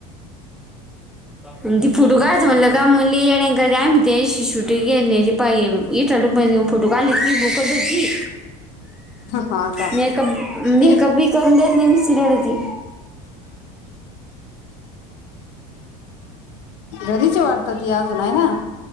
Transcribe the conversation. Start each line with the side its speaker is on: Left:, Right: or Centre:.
Centre: आणि ती फोटो काढता म्हणल का म्हणली येडम्ही ते. शूटींग के पाहि इठाडक माऊन फोटो काढलीली बुकच होती.
Left: हा का
Centre: मेकअप मेकअप
Left: ती
Centre: बी करून देत निस्त रडती.
Left: घरीच हाय ती अजून वाटतं हाय ना.